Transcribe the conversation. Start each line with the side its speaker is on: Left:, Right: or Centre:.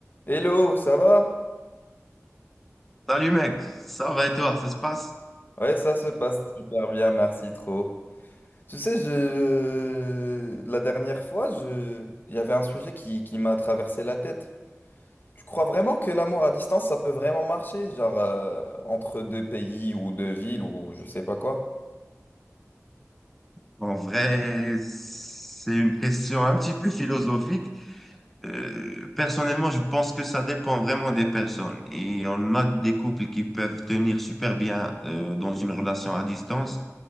Left: Hello, ça va?
Centre: Salut mec, ça va et toi, ça se passe?
Left: Ouais, ça se passe super bien, merci trop. Tu sais, je... la dernière fois, je... il y avait un sujet qui, qui m'a traversé la tête. Tu crois vraiment que l'amour à distance, ça peut vraiment marcher? Genre, euh, entre deux pays ou deux villes ou je sais pas quoi?
Centre: En vrai, c'est une question un petit peu philosophique. Euh, personnellement, je pense que ça dépend vraiment des personnes. Et on a des couples qui peuvent tenir super bien euh, dans une relation à distance,